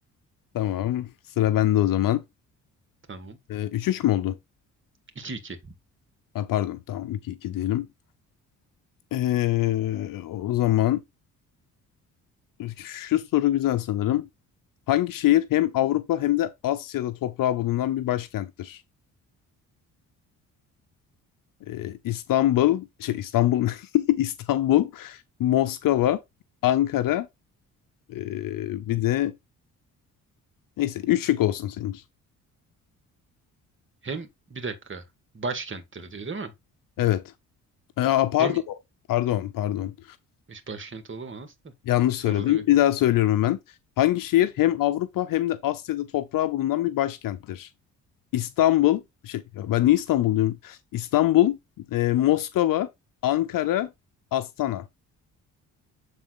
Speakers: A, on the left; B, on the right.
A: Tamam. Sıra bende o zaman.
B: Tamam.
A: E, üç 3 mü oldu?
B: iki iki
A: Ha, pardon. Tamam iki iki diyelim. E, o zaman şu soru güzel sanırım. Hangi şehir hem Avrupa hem de Asya'da toprağı bulunan bir başkenttir? Ee, İstanbul, şey İstanbul, <laughs> İstanbul, Moskova, Ankara, ee, bir de neyse üç şık olsun senin için.
B: Hem bir dakika. Başkenttir diyor değil mi?
A: Evet. Aa, pardon,
B: Hem
A: pardon, pardon.
B: hiç başkent olamaz da.
A: Yanlış
B: Sonra
A: söyledim.
B: da bir
A: Bir daha söylüyorum hemen. Hangi şehir hem Avrupa hem de Asya'da toprağı bulunan bir başkenttir? İstanbul, şey ya ben niye İstanbul diyorum? İstanbul, ee, Moskova, Ankara, Astana.